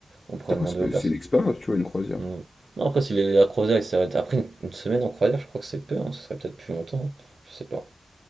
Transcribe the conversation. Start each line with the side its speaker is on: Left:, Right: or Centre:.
Right: On pourrait
Left: Après,
Right: demander
Left: c'est pas-
Right: aux personnes.
Left: c'est une expérience, tu vois, une croisière.
Right: Non, Non, après, si les... la croisière, ils s'arrêtent. Après, une... une semaine en croisière, je crois que c'est peu. hein. Ça serait peut-être plus longtemps. hein. Je sais pas.